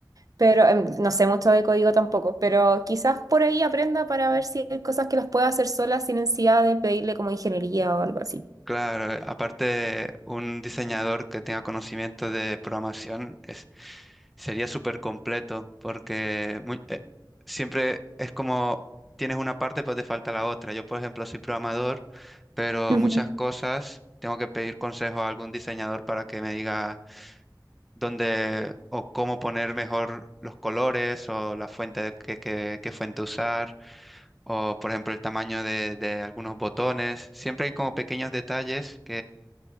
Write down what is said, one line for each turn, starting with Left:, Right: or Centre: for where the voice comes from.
Right: Pero em, no sé mucho de código tampoco, pero quizás por ahí aprenda para ver si hay cosas que las pueda hacer sola sin necesidad de pedirle como ingeniería o algo así.
Centre: claro. eh, Aparte, un diseñador que tenga conocimiento de programación es Sería súper completo porque mu- eh, siempre es como tienes una parte, pues te falta la otra. Yo, por ejemplo, soy programador, pero
Right: Ujú.
Centre: muchas cosas tengo que pedir consejo a algún diseñador para que me diga dónde o cómo poner mejor los colores o la fuente de- que, que- qué fuente usar o, por ejemplo, el tamaño de, de algunos botones. Siempre hay como pequeños detalles